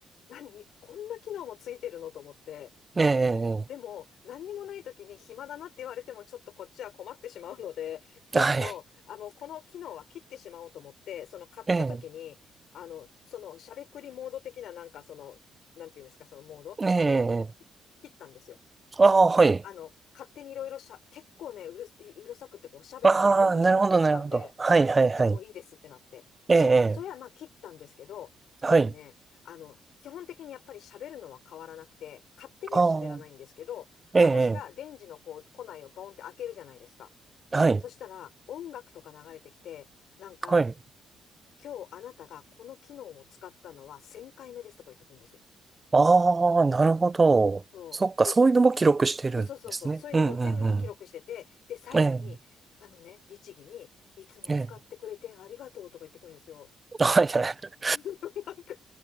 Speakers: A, on the left; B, on the right.
A: 何こんな機能もついてるのと思って。
B: えええ
A: でも、何にもない時に暇だなって言われても、ちょっとこっちは困ってしまうので、ちょっと、
B: えはい。
A: あの、この機能は切ってしまおうと思って、その買った時に、
B: ええ
A: あの、そのしゃべくりモード的な、なんかその、なんていうんですか、そのモードはね、
B: ええ、
A: 切ったんですよ。
B: ああ、はい。
A: あの、勝手にいろいろしゃ、結構ね、うるうるさくっておしゃべりでいろいろ喋ってきたんで、
B: ああ、なるほど、なるほど。はい、はい、
A: あ、じゃあもういいですってなって。
B: はい。ええ、
A: で、それはまあ切ったんですけど、
B: ええはい。
A: でもね、あの、基本的にやっぱり喋るのは変わらなくて、勝手には喋らないんですけど、
B: ああ、ええ、
A: 私が電磁のこう、
B: え
A: 庫内をボンって開けるじゃないですか。
B: えはい、
A: そしたら、音楽とか流れてきて、なんか、
B: はい。
A: 今日あなたがこの機能を使ったのは1000回目ですとか言ってくるんですよ。
B: ああ、なるほど。
A: そう。
B: そっか、
A: で、
B: そういうのも記録してるんですね。
A: いつ、そうそうそうそう、そういうのも全部記録してて、
B: うん、うん、
A: で、最後に、
B: うん。ええ、
A: あのね、律儀に、いつも使ってくれてありがとうとか言ってくるんですよ。
B: ええ、はい、はい。
A: <laughs> なんか、